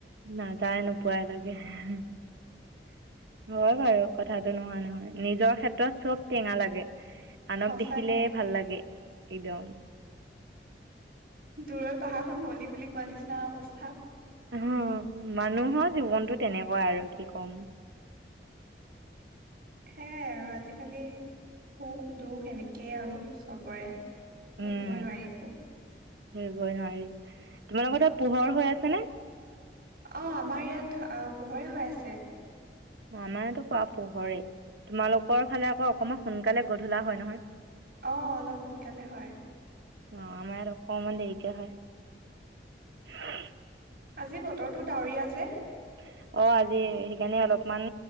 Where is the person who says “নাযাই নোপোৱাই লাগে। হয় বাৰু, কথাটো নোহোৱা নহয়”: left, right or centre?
Right